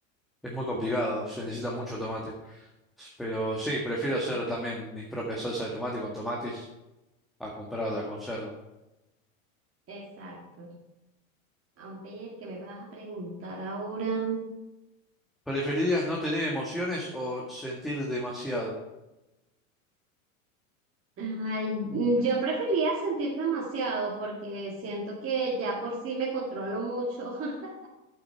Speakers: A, in the centre; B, on the right.
A: es muy complicado, se necesita mucho tomate. Pero sí, prefiero
B: Sí,
A: hacer también mis propias salsas de tomate con tomates a comprar la conserva.
B: exacto. A ver, ¿qué me vas a preguntar ahora?
A: ¿Preferirías no tener emociones o sentir demasiado?
B: Ay, mm, yo preferiría sentir demasiado porque siento que ya por sí me controlo mucho. <laughs>